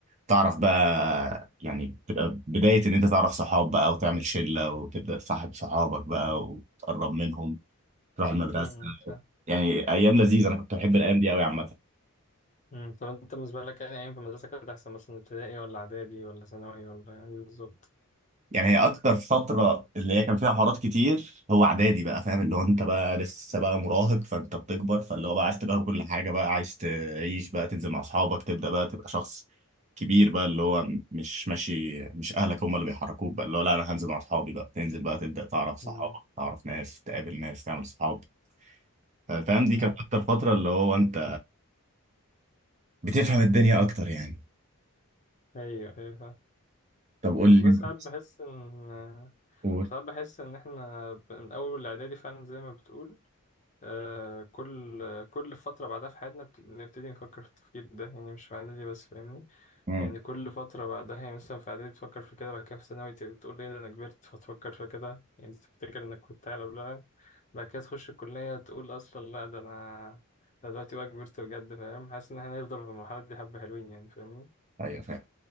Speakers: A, on the right (about 30°); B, on the left (about 35°).
A: تعرف بقى يعني تبقى بدايه ان انت تعرف صحاب بقى وتعمل شله وتبدا تصاحب صحابك بقى وتقرب منهم تروح المدرسه
B: امم فاهم
A: يعني ايام لذيذه انا كنت بحب الايام دي قوي عامه
B: مم. طب أنت بالنسبة لك يعني أيام في المدرسة كانت أحسن مثلا ابتدائي ولا إعدادي ولا ثانوي ولا إيه بالظبط؟
A: يعني هي اكتر فتره اللي هي كان فيها حوارات كتير هو اعدادي بقى فاهم اللي هو انت بقى لسه بقى مراهق فانت بتكبر فاللي هو بقى عايز تجرب كل حاجه بقى عايز تعيش بقى تنزل مع اصحابك تبدا بقى تبقى شخص كبير بقى اللي هو مش ماشي مش اهلك هم اللي بيحركوك بقى اللي هو لا انا هنزل مع اصحابي بقى تنزل بقى تبدا تعرف صحابك
B: مم.
A: تعرف ناس تقابل ناس تعمل صحاب فاهم دي
B: مم.
A: كانت اكتر فتره اللي هو انت بتفهم الدنيا اكتر يعني
B: أيوه أيوه فاهم
A: طب قول
B: والله
A: لي انت
B: ساعات بحس إن
A: قول
B: ساعات بحس إن إحنا من أول الإعدادي فعلا زي ما بتقول آه كل كل فترة بعدها في حياتنا بت- بنبتدي نفكر في التفكير ده يعني مش في إعدادي بس فاهمني
A: مم.
B: يعني كل فترة بعدها يعني مثلا في إعدادي بتفكر في كده بعد كده في ثانوي ت- تقول إيه ده أنا كبرت فتفكر في كده يعني تفتكر إنك كنت أعلى قبلها بعد كده تخش الكلية تقول أصلا لا ده أنا ده دلوقتي بقى كبرت بجد فاهم حاسس إن إحنا هنفضل في المرحلة دي حبة حلوين يعني فاهمني
A: ايوه فاهم